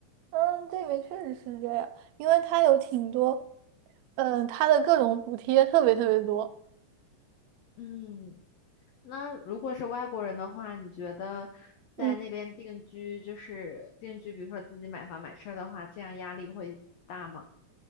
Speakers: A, on the right; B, on the left.
A: 嗯，这边确实是这样，因为它有挺多，嗯，它的各种补贴特别特别多。
B: 嗯。那如果是外国人的话，你觉得在那边定居，
A: 嗯。
B: 就是定居，比如说自己买房买车的话，这样压力会大吗？